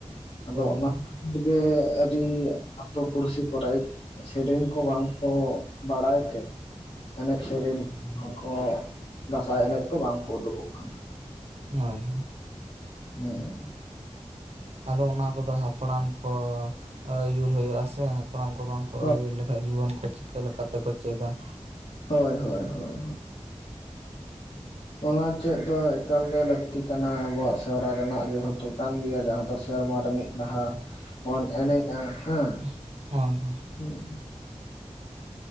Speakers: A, on the left (about 55°); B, on the right (about 60°).
A: ᱟᱫᱚ
B: ᱦᱳᱭ
A: ᱚᱱᱟ
B: ᱦᱳᱭ ᱦᱮᱸ
A: ᱠᱷᱟᱹᱛᱤᱨ ᱜᱮ ᱟᱹᱰᱤ ᱟᱛᱚ ᱯᱩᱲᱥᱤ ᱠᱚᱨᱮ ᱥᱮᱨᱮᱧ ᱠᱚ ᱵᱟᱝ ᱠᱚ ᱵᱟᱲᱟᱭ ᱛᱮ, ᱮᱱᱮᱡ ᱥᱮᱨᱮᱧ ᱠᱚ ᱠᱚ ᱫᱟᱸᱥᱟᱭ ᱮᱱᱮᱡ ᱠᱚ ᱵᱟᱝ ᱠᱚ ᱩᱰᱩᱠᱚᱜ ᱠᱟᱱᱟ ᱾
B: ᱦᱳᱭ,
A: ᱦᱩᱸ,
B: ᱟᱫᱚ ᱚᱱᱟ ᱠᱚᱫᱚ ᱦᱟᱯᱲᱟᱢ ᱠᱚ ᱟᱹᱭᱩᱨ ᱦᱩᱭᱩᱜᱼᱟ ᱥᱮ, ᱦᱟᱯᱲᱟᱢ ᱠᱚ ᱵᱟᱝ ᱠᱚ
A: ᱦᱳᱭ
B: ᱟᱹᱭᱩᱨ ᱞᱮᱠᱷᱟᱡ ᱡᱩᱣᱟᱹᱱ ᱠᱚ ᱪᱤᱠᱟᱹ ᱞᱮᱠᱟᱛᱮᱠᱚ ᱪᱮᱫᱟ ᱾
A: ᱦᱳᱭ ᱦᱳᱭ ᱦᱳᱭ, ᱚᱱᱟ ᱪᱮᱫ ᱫᱚ ᱮᱠᱟᱞ ᱜᱮ ᱞᱟᱹᱠᱛᱤ ᱠᱟᱱᱟ᱾ ᱟᱵᱚᱣᱟᱜ ᱥᱮᱣᱨᱟ ᱨᱮᱱᱟᱜ ᱡᱮᱦᱮᱛᱩ, ᱠᱟᱱ ᱜᱮᱭᱟ ᱡᱟᱦᱟᱸ ᱫᱚ ᱥᱮᱨᱢᱟ ᱨᱮ ᱢᱤᱫ ᱢᱟᱦᱟ ᱵᱚᱱ ᱮᱱᱮᱡᱼᱟ ᱦᱟᱸ,
B: ᱦᱳᱭ ᱦᱳᱭ᱾
A: <inaudible>